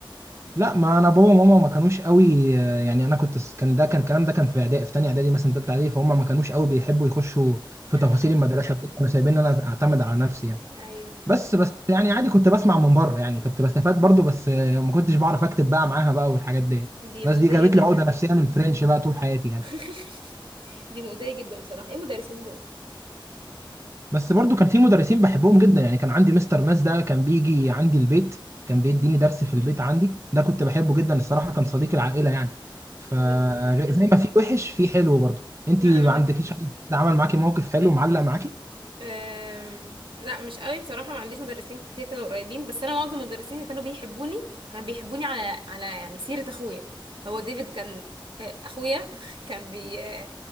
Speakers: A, on the right; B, on the right.
A: لا ما انا بابا وماما ما كانوش قوي آه، يعني انا كنت س- كان ده كان الكلام ده كان في اعدادي في تانية اعدادي مثلا تالتة اعدادي فهم ما كانوش قوي بيحبوا يخشوا في
B: اه
A: تفاصيل المدرسه دي كانوا سايبين انا اعتمد على نفسي يعني
B: ايوه
A: بس بس يعني عادي كنت بسمع من بره يعني كنت بستفاد برضو بس آه، ما كنتش بعرف اكتب بقى معاها بقى والحاجات دي
B: دي
A: بس
B: مؤذية
A: دي جابت
B: جدا
A: لي عقده نفسيه من الفرنش بقى طول حياتي يعني
B: <laughs> دي مؤذية جدا بصراحة ايه المدرسين دول
A: بس برضو كان في مدرسين بحبهم جدا يعني كان عندي مستر ماس ده كان بيجي عندي البيت كان بيديني
B: مم.
A: درس في البيت عندي ده كنت بحبه جدا الصراحة كان صديق العائلة يعني فزي
B: ايه ده الله
A: ما في وحش في حلو برضو انت
B: لا
A: ما
B: انا ما
A: عندكيش حد عمل معاكي موقف حلو معلق معاكي
B: أم... لا مش قوي بصراحة ما عنديش مدرسين كتير كانوا قريبين بس انا معظم المدرسين اللي كانوا بيحبوني كان بيحبوني على على يعني سيرة اخويا هو ديفيد كان آه، اخويا <laughs> كان بي آه،